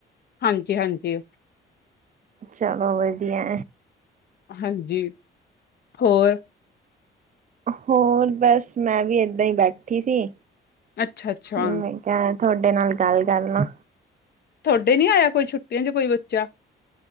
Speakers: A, on the left; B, on the right.
A: ਹਾਂਜੀ-ਹਾਂਜੀ।
B: ਚਲੋ ਵਧੀਆ।
A: ਹਾਂਜੀ ਹੋਰ
B: ਹੋਰ ਬਸ ਮੈਂ ਵੀ ਏਦਾਂ ਹੀ ਬੈਠੀ ਸੀ।
A: ਅੱਛਾ- ਅੱਛਾ।
B: ਮੈਂ ਕਿਹਾ ਤੁਹਾਡੇ ਨਾਲ ਗੱਲ ਕਰਲਾਂ।
A: ਤੁਹਾਡੇ ਨੀ ਆਇਆ ਕੋਈ ਛੁੱਟੀਆਂ ਚ ਕੋਈ ਬੱਚਾ।